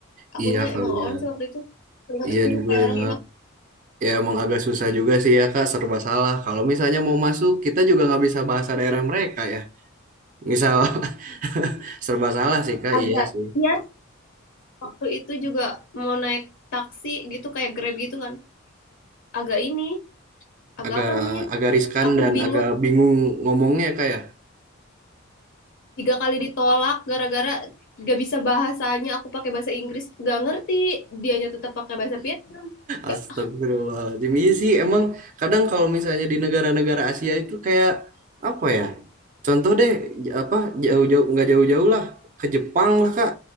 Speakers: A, on the left; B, on the right.
A: Akunya
B: Iya kali
A: emang on
B: ya.
A: sih waktu itu. Kelihatan
B: Iya juga
A: kayak orang
B: ya.
A: hilang.
B: Ya emang agak susah juga sih ya Kak, serba salah. Kalau misalnya mau masuk, kita juga nggak bisa bahasa daerah mereka ya. Misal <laughs> serba salah sih Kak,
A: Agak
B: iya sih.
A: iya. Waktu itu juga mau naik taksi gitu kayak Grab gitu kan. Agak ini, agak
B: Agak
A: apa namanya?
B: agak riskan
A: Aku
B: dan
A: bingung
B: agak bingung ngomongnya Kak ya.
A: tiga kali ditolak gara-gara gak bisa bahasanya. Aku pakai bahasa Inggris, gak ngerti. Dianya tetap pakai bahasa Vietnam. Gak-
B: Astagfirullahaladzim. Iya sih, emang kadang kalau misalnya di negara-negara Asia itu kayak apa ya? Contoh deh, j- apa jauh-jauh nggak jauh-jauh lah ke Jepang lah Kak.